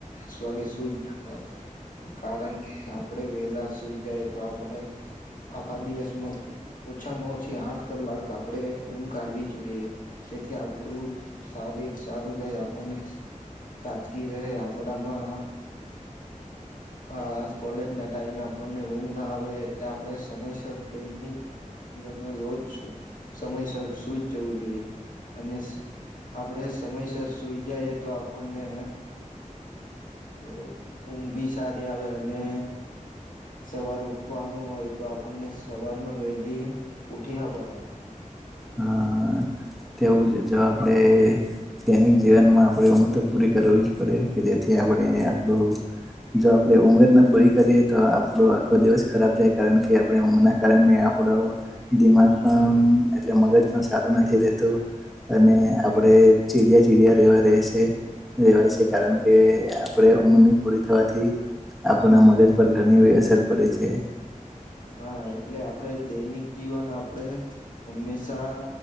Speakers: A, on the left (about 75°); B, in the centre.
A: દસ વાગે સુુંઈજ જાઉ કારણ કે આપડે વેલા સુઈ જાયે તો આપડે આખા દિવસમાં ઓછામાં ઓછી આઠ કલાક આપડે ઊઘ કાઢવી જોઈએ તેથી આપડું સારી સારું રહે આપણને તાજગી રહે આપડામાં આ કોલેજ ના ટાઈમે આપ આપણને ઊંઘ ના આવે એટલે આપડે સમયસર દૈનિક જીવનમાં રોજ સમયસર સુઈજ જવું જોઈએ અને આપડે સમયસર સુઈ જઈએ તો આપણને <inaudible> ઊંઘ ભી સારી આવે અને સવારે ઉઠવાનું હોય તો આપણને સવારમાં વહેલી ઉઠી હો પડાય
B: હા, તેવું જે જો આપડે દૈનિક જીવનમાં આપડે ઊઘ તો પૂરી કરવી પડે કે જેથી આપડે આપડુ જો આપડે ઊઘ જ ના પૂરી કરીએ તો આપડો આખો દિવસ ખરાબ જાય કારણ કે આપણે ઊંઘના કારણે આપરો દિમાગ પણ એટલે મગજ સારું નથી રેતું અને આપડે ચીડિયા ચીડિયા જેવા રેવાય છે. રેવાય છે કારણ કે આપડે ઊંઘની પૂરી થવાથી આપણાના મગજ પર ઘણી એવી અસર પડે છે.
A: હા એટલે આપડે દૈનિક જીવન આપડે હંમેશા